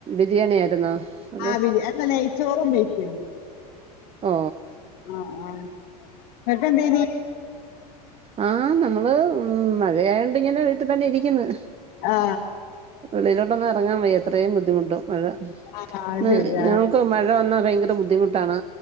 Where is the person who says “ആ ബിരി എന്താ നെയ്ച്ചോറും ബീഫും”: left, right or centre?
Left